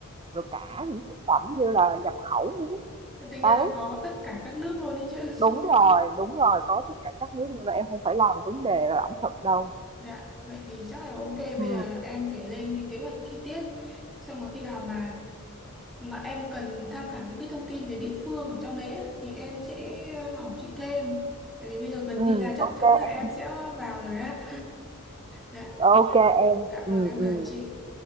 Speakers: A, on the right; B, in the centre.
A: rồi cả những thực phẩm như là nhập khẩu nữa chứ.
B: Tính
A: Đấy,
B: ra là có tất cả các nước luôn đi chứ.
A: đúng
B: <laughs>
A: rồi, đúng rồi, có tất cả các nước luôn đó. Em không phải lo về vấn đề là ẩm thực đâu.
B: Dạ, vậy thì chắc là ok. Bây
A: Ừ,
B: giờ em phải lên cái kế hoạch chi tiết. Xong rồi khi nào mà mà em cần tham khảo những cái thông tin về địa phương ở trong đấy á, thì em sẽ ờ, hỏi chị thêm tại vì bây giờ gần
A: ừ,
B: như là chắc
A: ok
B: chắn là em
A: em,
B: sẽ vào rồi á dạ
A: ok em.
B: dạ
A: Ừ,
B: vâng em
A: ừ.
B: cảm ơn chị